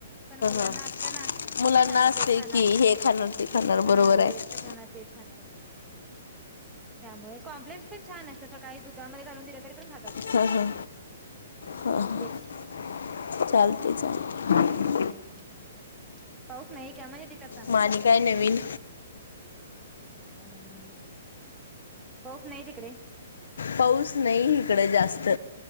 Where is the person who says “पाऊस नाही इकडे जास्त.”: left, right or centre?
Left